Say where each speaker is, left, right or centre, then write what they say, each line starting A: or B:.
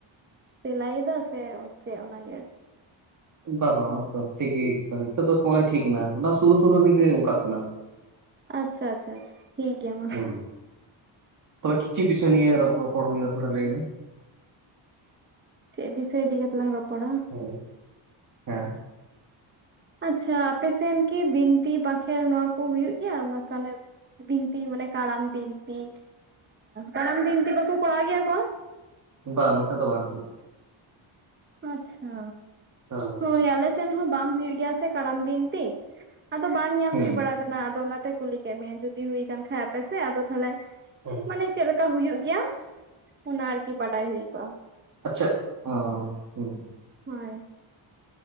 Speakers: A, on the right (about 25°); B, on the right (about 40°).
A: ᱛᱮᱞᱟᱭᱫᱟ ᱥᱮ ᱪᱮᱫ ᱚᱱᱟᱜᱮ
B: ᱵᱟ ᱵᱟᱝ ᱦᱚᱭᱛᱚ ᱴᱷᱤᱠ ᱜᱤ ᱦᱤᱡᱩᱜ ᱠᱟᱱᱟ ᱱᱤᱛᱚᱜ ᱫᱚ ᱠᱚᱨᱮ ᱴᱷᱤᱠ ᱱᱟ ᱚᱱᱟ ᱥᱩᱨ ᱥᱩᱨ ᱨᱮᱜᱮ ᱚᱱᱠᱟᱜ ᱠᱟᱱᱟ
A: ᱟᱪᱪᱷᱟ ᱟᱪᱪᱷᱟ ᱟᱪᱪᱷᱟ ᱴᱷᱤᱠ ᱜᱮᱭᱟ ᱢᱟ
B: ᱦᱩᱸ ᱛᱚᱵᱮ ᱪᱤᱜ ᱵᱤᱥᱚᱭ ᱱᱤᱭᱮ ᱨᱚᱠᱚᱲ ᱦᱳᱭᱳᱜᱟ ᱛᱷᱚᱲᱟ ᱞᱟᱹᱭᱢᱮ
A: ᱪᱮᱫ ᱵᱤᱥᱚᱭ ᱤᱫᱤ ᱠᱟᱛᱮ ᱞᱟᱝ ᱨᱚᱯᱚᱲᱟ
B: ᱦᱮᱸ ᱦᱮᱸ
A: ᱟᱪᱪᱷᱟ ᱟᱯᱮᱥᱮᱱ ᱠᱤ ᱵᱤᱱᱛᱤ ᱵᱟᱸᱠᱷᱮᱬ ᱱᱚᱣᱟ ᱠᱚ ᱦᱩᱭᱩᱜ ᱜᱮᱭᱟ <unintelligible> ᱵᱤᱱᱛᱤ ᱢᱟᱱᱮ ᱠᱟᱨᱟᱢ ᱵᱤᱱᱛᱤ ᱠᱟᱨᱟᱢ ᱵᱤᱱᱛᱤ ᱵᱟᱠᱚ ᱠᱚᱨᱟᱣ ᱜᱮᱭᱟ ᱠᱚ
B: ᱵᱟ ᱱᱚᱛᱮ ᱫᱚ ᱵᱟᱝ
A: ᱟᱪᱪᱷᱟ
B: ᱦᱮᱸ
A: ᱦᱳᱭ ᱟᱞᱮ ᱥᱮᱱ ᱦᱚᱸ ᱵᱟᱝ ᱦᱩᱭᱩᱜ ᱜᱮᱭᱟ ᱥᱮ ᱠᱟᱨᱟᱢ ᱵᱤᱱᱛᱤ ᱟᱫᱚ ᱵᱟᱝ ᱧᱮᱞ
B: ᱦᱩᱸ
A: ᱦᱩᱭ ᱵᱟᱲᱟ ᱠᱟᱱᱟ ᱟᱫᱚ ᱚᱱᱟᱛᱮ ᱠᱩᱞᱤ ᱠᱮᱫ ᱢᱮᱭᱟ ᱡᱩᱫᱤ ᱦᱩᱭ ᱠᱟᱱ ᱠᱷᱟᱡ ᱟᱯᱮᱥᱮᱫ ᱟᱫᱚ ᱛᱟᱦᱚᱞᱮ
B: ᱦᱮᱸ
A: ᱢᱟᱱᱮ ᱪᱮᱫᱞᱮᱠᱟ ᱦᱩᱭᱩᱜ ᱜᱮᱭᱟ ᱚᱱᱟ ᱟᱨᱠᱤ ᱵᱟᱰᱟᱭ ᱦᱩᱭ ᱠᱚᱜᱼᱟ
B: ᱟᱪᱪᱷᱟ ᱚ ᱦᱩᱸ
A: ᱦᱳᱭ